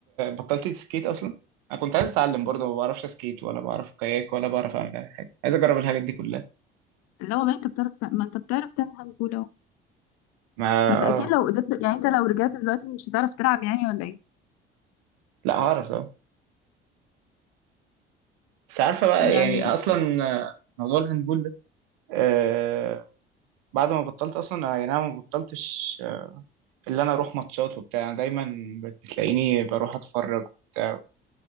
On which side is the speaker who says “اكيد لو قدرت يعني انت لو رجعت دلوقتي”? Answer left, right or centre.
Left